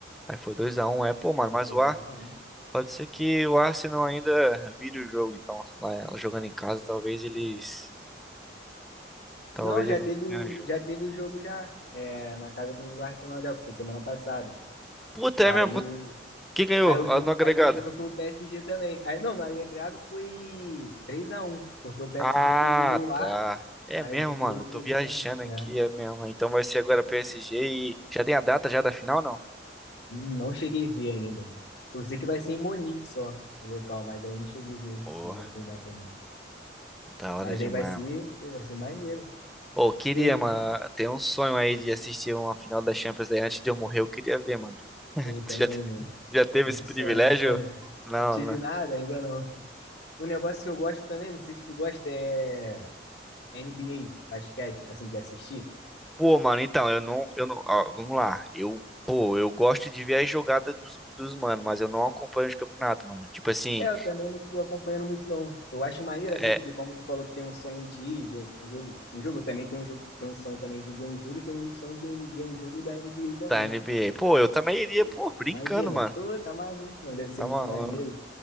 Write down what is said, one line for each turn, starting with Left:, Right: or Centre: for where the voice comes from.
Centre: Aí foi dois a um, é. Pô, mano,
Left: Já
Centre: mas
Left: foi
Centre: o
Left: dois
Centre: Ar.
Left: a um.
Centre: Pode ser que o Arsenal ainda vire o jogo, então. Lá, jogando em casa, talvez eles. Talvez
Left: Não, já
Centre: eles
Left: teve o,
Centre: ganhem o jogo.
Left: já teve o jogo já é, na casa do Arsenal já foi semana passada.
Centre: Puta,
Left: Aí
Centre: é mesmo? quanto-
Left: o
Centre: Quem ganhou
Left: aí o jogo,
Centre: Ah, no agregado?
Left: aí quem ganhou foi o PSG também. Aí não, no Alegrado foi 3 a um, porque o PSG
Centre: Ah,
Left: fez um gol lá
Centre: tá. É
Left: Aí
Centre: mesmo,
Left: o jogo
Centre: mano.
Left: hoje
Centre: Eu tô
Left: foi
Centre: viajando
Left: dois a um.
Centre: aqui,
Left: É.
Centre: é mesmo. Então vai ser agora PSG e. Já tem a data já da final, não?
Left: Não cheguei a ver ainda. Eu sei que vai ser em Monique só, o local, mas aí eu não cheguei a ver
Centre: Pô,
Left: se já tem data ou não.
Centre: da hora
Left: Mas
Centre: demais,
Left: aí vai ser,
Centre: mano.
Left: pô, vai ser maneiro.
Centre: Pô, queria,
Left: Eu
Centre: mano.
Left: vi,
Centre: Tem um sonho aí de assistir uma final da Champions aí antes de eu morrer. Eu queria ver, mano.
Left: pô, também,
Centre: Você já, te-
Left: mano.
Centre: já teve
Left: É
Centre: esse
Left: um
Centre: privilégio?
Left: sonho, é um sonho. pô.
Centre: Não,
Left: Eu tive
Centre: né?
Left: nada, ainda não. Um negócio que eu gosto também, não sei se tu gosta, é NBA, basquete, assim, de assistir.
Centre: Pô, mano, então, eu não, eu não, ó, vamos lá. Eu, pô, eu gosto de ver as jogadas dos, dos mano, mas eu não acompanho os campeonatos, mano. Tipo assim,
Left: É, eu também não tô acompanhando muito, não. Eu acho maneiro, assim,
Centre: é,
Left: porque como tu falou que tem um sonho de ir ver um jogo, um jogo também tem um jogo, tem um sonho também de ver um jogo e tem um sonho de ver um jogo da NBA também.
Centre: da NBA. Pô, eu também iria,
Left: Pô,
Centre: pô, brincando,
Left: imagina.
Centre: mano.
Left: Pô, tá maluco, mano. Deve ser
Centre: Tá
Left: muito
Centre: maluco
Left: maneiro.